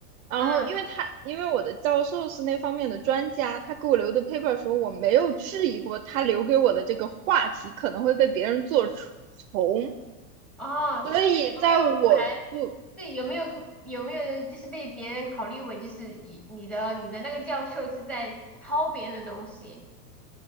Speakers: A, on the right (about 55°); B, in the centre.
A: 然后因为他，
B: 嗯
A: 因为我的教授是那方面的专家，他给我留的 paper 的时候，我没有质疑过他留给我的这个话题可能会被别人做从，
B: 哦，
A: 所以在我做，
B: 这有没有可能？是有没有有没有人就是被别人考虑为就是你你的你的那个教授是在抄别人的东西？